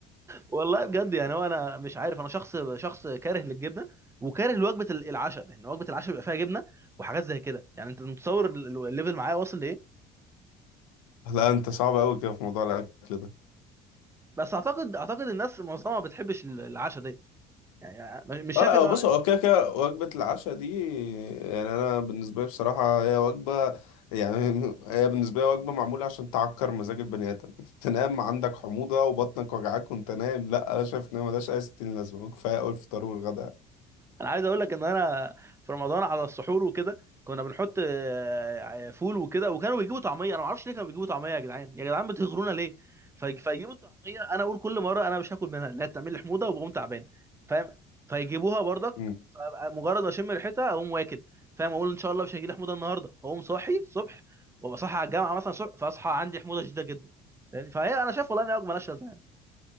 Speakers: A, on the right (about 15°); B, on the left (about 85°).
A: والله بجد يعني هو انا مش عارف انا شخص شخص كاره للجبنه وكاره لوجبه ال- العشاء لان وجبه العشاء بيبقى فيها جبنه وحاجات زي كده يعني انت متصور ال- ال- الليفل معايا واصل لايه
B: لا انت صعب قوي كده في موضوع الاكل ده
A: بس اعتقد اعتقد الناس معظمها ما بتحبش ال- العشاء ده يعني مش
B: اه
A: شايف
B: لا
A: ان
B: بص هو كده كده وجبة العشاء دي يعني انا بالنسبة لي بصراحة هي وجبة يعني <laughs> هي بالنسبة لي وجبة معمولة عشان تعكر مزاج البني ادم <laughs> تنام عندك حموضة وبطنك وجعاك وانت نايم لا انا شايف ان هي ملهاش اي ستين لازمة كفاية اول الفطار والغداء
A: انا عايز اقول لك ان انا في رمضان على السحور وكده كنا بنحط آه، فول وكده وكانوا بيجيبوا طعميه انا ما اعرفش ليه كانوا بيجيبوا طعميه يا جدعان يا جدعان بتغرونا ليه في- فيجيبوا الطعميه انا اقول كل مره انا مش هاكل منها لا بتعمل لي حموضه وبقوم تعبان فاهم فيجيبوها برضك
B: امم.
A: فأبقى مجرد ما اشم ريحتها اقوم واكل فاهم اقول ان شاء الله مش هيجي لي حموضه النهارده فاقوم صاحي الصبح وابقى صاحي على الجامعه مثلا الصبح فاصحى عندي حموضه شديده جدا فاهم؟ فهي انا شايف والله ان هي وجبه مالهاش لازمه يعني.